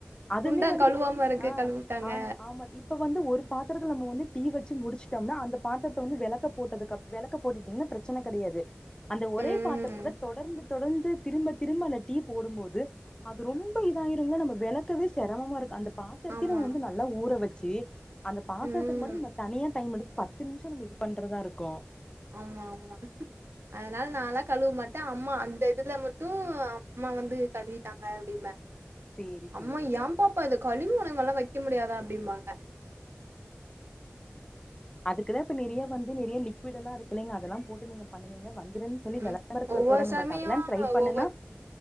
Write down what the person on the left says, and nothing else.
அதுமே
வந்துட்டு
ஆ
ஆமா ஆமா இப்ப வந்து ஒரு பாத்திரத்தை நம்ம வந்து டீ வச்சு முடிச்சுட்டோம்னா அந்த பாத்திரத்தை வந்து விளக்க போட்டதுக்குப்புறம் விளக்க போட்டுட்டீங்கன்னா பிரச்சனை கிடையாது அந்த ஒரே
பாத்திரத்துல தொடர்ந்து தொடர்ந்து திரும்ப திரும்ப அந்த டீ போடும்போது அது ரொம்ப இதாயிரும்ங்க நம்ம விளக் வெளக்கவே சிரமமா இருக்கு அந்த பாத்திரத்தயே
நா வந்து நல்லா ஊற வெச்சு அந்த பாத்திரத்துக்
மட்டு ந தனியா டைம் எடுத்து பத்து நிமிஷம் நம்ம இது பண்றதா இருக்கு
சேரி
சேரிங்க
அதுக்குதா இப்ப நிறைய வந்து நிறைய லிக்விட்டெல்லா இருக்குல்லிங்க அதெல்லா போட்டு நீங்க பண்ணுணீங்கனா வந்துருன் தோழி
விளம்பரத்துல
போட்றாங்க
பட் அதெல்லா ட்ரை பண்ணுனா